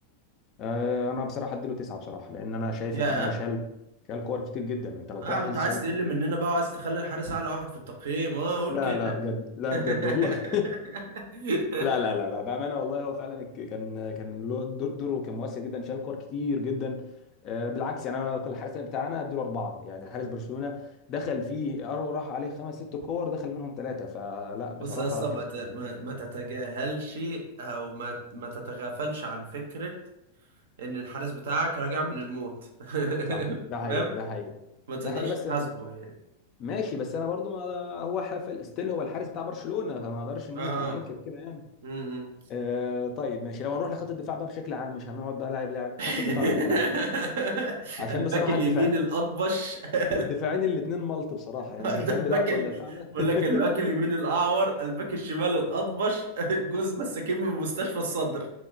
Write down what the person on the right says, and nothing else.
يا
آه
انت عايز
تقل مننا بقى وعايز تخلي الحارس اعلى واحد في التقييم اه قول
كده
<laughs>
بص يا اسطى
ما ت- ما- ما تتجاهلش او ما ما تتغافلش عن فكره ان الحارس بتاعك راجع من الموت <laughs>
فاهم
ما تقدرش
تحاسبه يعني
اه
امم
<laughs>
الباك
اليمين
الاطبش <laughs>
ده
الباك
ال...
بقول
لك الباك اليمين الاعور الباك الشمال الاطبش <laughs> جوز مساكين من مستشفى الصدر